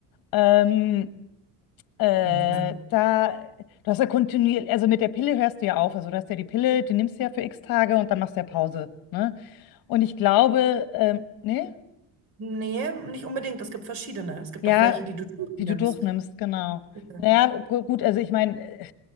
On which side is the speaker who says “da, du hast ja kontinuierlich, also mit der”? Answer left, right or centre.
Left